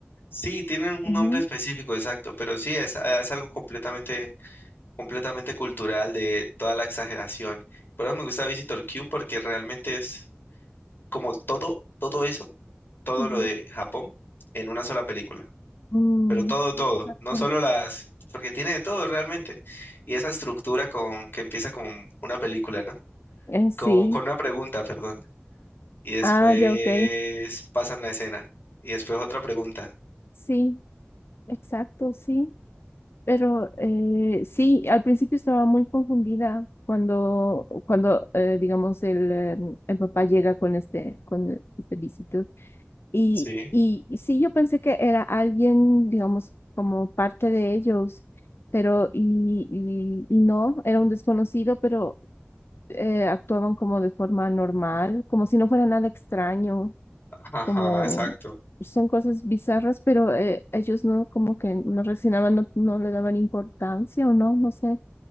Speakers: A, on the left; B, on the left.
A: Sí, tienen
B: Ajá.
A: un nombre específico, exacto, pero sí, es, ah, es algo completamente, completamente cultural de toda la exageración. Por eso me gusta Visitor Q porque realmente es como todo, todo eso, todo
B: Mm,
A: lo de Japón en una sola película.
B: mm,
A: Pero todo, todo,
B: exacto.
A: no solo las, porque tiene de todo realmente. Y esa estructura con, que empieza con una película, ¿no?
B: Eh, sí.
A: Con, con una pregunta, perdón. Y después
B: Ah, ya, ok.
A: pasan la escena. Y después otra pregunta.
B: Sí, exacto, sí. Pero eh, sí, al principio estaba muy confundida cuando, cuando eh, digamos, el, eh, el papá llega con este, con este visito. Y,
A: Sí.
B: y, y sí, yo pensé que era alguien, digamos, como parte de ellos, pero y, y, y no, era un desconocido, pero eh, actuaban como de forma normal, como si no fuera nada extraño,
A: Ajá,
B: como
A: exacto.
B: son cosas bizarras, pero eh, ellos no, como que no reaccionaban, no, no le daban importancia o no, no sé,